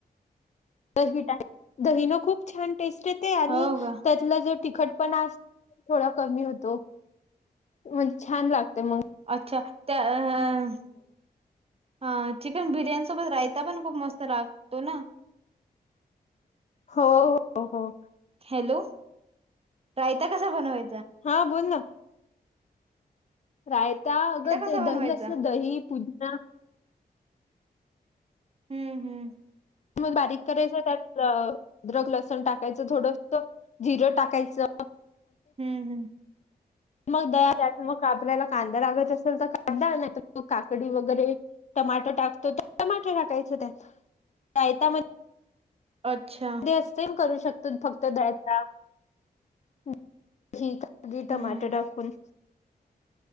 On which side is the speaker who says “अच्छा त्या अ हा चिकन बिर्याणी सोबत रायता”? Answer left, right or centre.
Right